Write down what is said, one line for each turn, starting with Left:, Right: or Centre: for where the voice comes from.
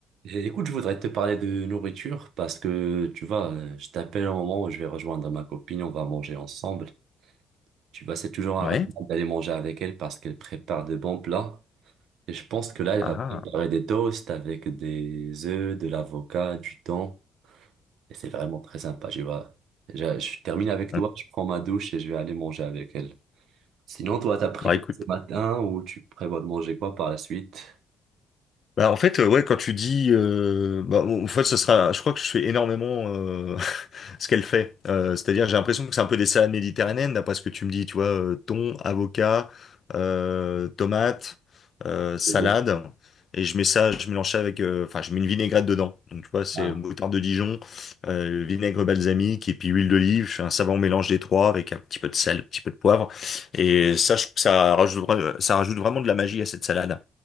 Right: Eh, Écoute, je voudrais te parler de nourriture parce que, tu vois, euh, je t'appelle au moment où je vais rejoindre ma copine, on va manger ensemble. Tu vois, c'est toujours un
Left: Ouais.
Right: rêve d'aller manger avec elle parce qu'elle prépare de bons plats. Et je pense que là, elle
Left: Ah,
Right: va préparer
Left: ah.
Right: des toasts avec des œufs, de l'avocat, du thon. Et c'est vraiment très sympa, tu vois. Je, je termine avec
Left: Bon,
Right: toi, je prends ma douche et je vais aller manger avec elle. Sinon, toi, t'as pris
Left: Bah
Right: quoi
Left: écoute,
Right: ce matin ou tu prévois de manger quoi par la suite?
Left: Bah, en fait, euh, ouais, quand tu dis, euh, bah, en fait, ce sera, je crois que je fais énormément euh, <laughs> ce qu'elle fait. Euh, c'est-à-dire, j'ai l'impression que c'est un peu des salades méditerranéennes, d'après ce que tu me dis, tu vois, euh, thon, avocat, euh, tomate, euh, salade,
Right: Les deux.
Left: et je mets ça, je mélange ça avec, euh, enfin, je mets une vinaigrette dedans. Donc, tu vois, c'est
Right: Ah.
Left: moutarde de Dijon, euh, vinaigre balsamique et puis huile d'olive. Je fais un savant mélange des trois avec un petit peu de sel, un petit peu de poivre, et ça, je trouve que ça rajoute, vra- ça rajoute vraiment de la magie à cette salade.